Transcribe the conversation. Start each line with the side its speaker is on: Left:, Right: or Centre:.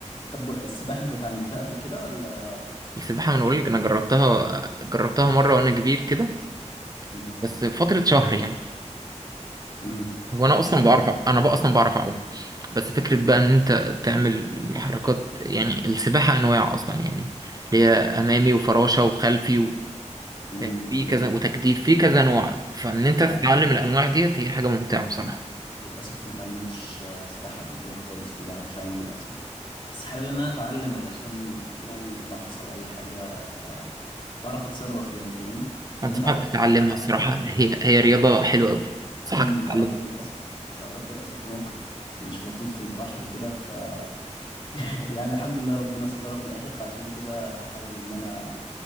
Left: طب السباحة انت اتعلمتها قبل كده ولا
Right: السباحه
Left: ولا
Right: من اقول انا جربتها جربتها مره وانا كبير كده
Left: مم.
Right: بس فتره شهر يعني
Left: مم.
Right: هو انا
Left: بس
Right: اصلا
Left: ما كان-
Right: بعرف انا بقى اصلا بعرف اعوم بس فكره
Left: مم.
Right: بقى ان انت تعمل حركات يعني السباحه انواع اصلا يعني اللي هي امامي وفراشه وخلفي
Left: مم.
Right: في في
Left: مم.
Right: كذا وتجديف في كذا نوع فان انت
Left: لا
Right: تتعلم الانواع ديت هي حاجه ممتعه بصراحه
Left: للأسف ما اتعلمتش آه، سباحة قبل كده خالص ما بعرفش أعوم للأسف بس حابب إن أنا أتعلم علشان يعني لو حصل أي حاجة أبقى بعرف أتصرف يعني فاهمني لأن
Right: انصحك
Left: اتعرفت
Right: تتعلمها
Left: اتعرضت
Right: الصراحه
Left: ل-
Right: هي هي رياضه حلوه قوي انصحك
Left: مم.
Right: تتعلمها
Left: اتعرضت للأسف اتعرضت للأسف لموقف مش لطيف في البحر كده <laughs> يعني الحمد لله ربنا سترها في الاخر فعشان كده حابب ان انا